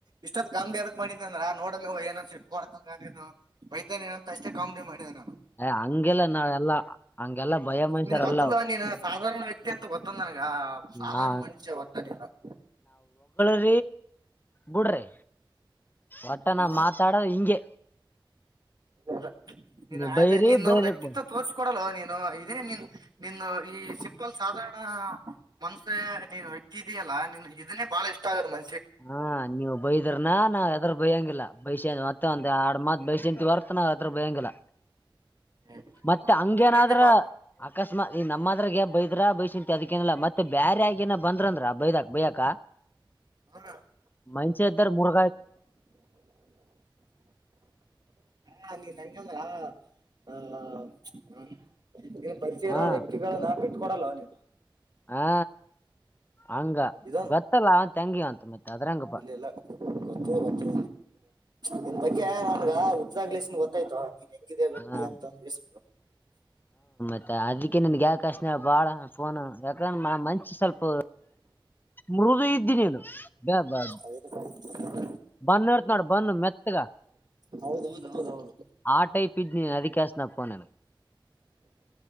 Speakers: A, on the right (about 50°); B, on the left (about 20°).
A: ಇಷ್ಟೊತ್ ಕಾಮಿಡಿ ಎದಕ್ ಮಾಡಿದೆ ಅಂದ್ರ ನೋಡ ಏನ ಸಿ ಮಾಡ್ಕಂಗನು ಬೈತೇನೆ ಅಷ್ಟೇ ಕಾಮಿಡಿ ಮಾಡಿದ
B: ಹಂಗೆಲ್ಲ ನಾವ ಎಲ್ಲಾ ಹಂಗೆಲ್ಲಾ ಭಯ ಮನುಷ್ಯರ್
A: ನಿನ್ ಗೊತ್ತದ
B: ಅಲ್ಲ
A: ನೀನ್ ಸಾಧಾರಣ ವ್ಯಕ್ತಿ ಅಂತ ಗೊತ್ತಂದ್ ನನಗ ಸಾಧಾರಣ
B: ನಾ
A: ಮನುಷ್ಯ ಒತಾನಲ್ಲನು
B: <unintelligible> ಬಿುಡ್ರಿ ಒಟ್ಟ
A: ಹಾ
B: ನ ಮಾತಾಡ ಹಿಂಗೆ
A: ಅ ನೀನ್
B: ನೀವ್ ಬೈರಿ
A: ಅದ ನೀನು
B: ಬೈರಕ್
A: ವ್ಯಕ್ತಿತ್ವ ತೋರ್ರಿಸ ಕೊಡಲ್ಲೋ ನೀನು ಇದೇ ನಿನ್ ನಿನು ಈ ಸಿಂಪಲ್ ಸಾಧಾರಣ ಮನ್ಸೆ ನೀನು ಎ್ಯಕ್ದೀಯಲ್ಲಾ ನೀನ್ ಇದನ್ನೇ ಬಾಳ ಇಷ್ಟ ಆಗದ ಮ
B: ಹಾ ನೀವು ಬೈದ್ರನಾ ನಾವ್ ಎದರ್ ಬೈಯಂಗಿಲ್ಲ ಬೈಸ ಮತ್ತೆ ಒಂದ್ ಆಡ್ ಮಾತ್ ಬೈಸಂತ ಬರ್ತ ಬಯಂಗಿಲ್ಲ
A: ಏ ಇಲ್ಲಪ್ಪಾ
B: ಮತ್ತೆ ಹಂಗೇನಾದ್ರ
A: ಚಲೋ ಐತೆಪಾ
B: ಅಕಸ್ಮಾತ್ ಈ ನಮ್ಮ ಅದ್ರಾಗ ಬೈದ್ರ ಬೈಸಂತ ಅದಕ್ಕೇನಲ್ಲಾ ಮತ್ತೆ ಬೇರಾ ಆಗೇನ ಬಂದ್ರಂದ್ರ ಬೈದಾಕ್ ಬೈಯಾಕ
A: ಹ
B: ಮನುಷ್ಯ ಇದಾವ ಮೃಗ
A: ಹಾ ನೀನ್ <unintelligible> ಇನ್ ಪರಿಚಯ
B: ಹಾ
A: ಇರೋ ವ್ಯಕ್ತಿಗಳ ನಾ ಬಿಟ್ಟಟ್ಕೊಡಲ್ಲವಾ ನೀ
B: ಹಾ ಹಂಗ
A: ಇದೊಂದ
B: ಗೊತ್ತಲ್ಲ ಅವಂತ ಹೆಂಗಿವಂತ ಮತ್ತೆ ಅದ್ರಂಗಪ್ಪ
A: ಇಲ್ಲ ಇಲ್ಲ ಗೊತ್ತ ಗೊತ್ತ ಬಗ್ಗೆ ನಿನ್ ಬಗ್ಗೆ ನನ್ಗ ಹುಾಗ್ಲಸನ್ ಗೊತ್ತಾಯ್ತು ನೀನ್ ಹೆಂಗಿದೆ ಬತ್ತಿ
B: ಹಾ
A: ಅಂತ ಒಂದಿಸ
B: ಮತ್ತ ಅದಕ್ಕೆ ನನ್ಗೆ ಯಕಾಶನ ಬಾಳ ಫೋನು ಯಾಕಂದ್ರೆ ಮನ್ಸಿ ಸ್ವಲ್ಪ ಮೃದು ಇದ್ದಿ ನೀನು ಬ ಬಾ
A: <unintelligible>
B: ಬನ್ ಇಡ್ತ್ ನೋಡ್ ಬನ್ ಮೆತ್ತಗ
A: ಹೌದೌದು ಹೌದ್ ಹೌದು
B: ಆ ಟೈಪ್ ಇದ್ ನೀನ್ ಅದಕ್ಕೆ ಹಸ್ತನ ಫೋನ್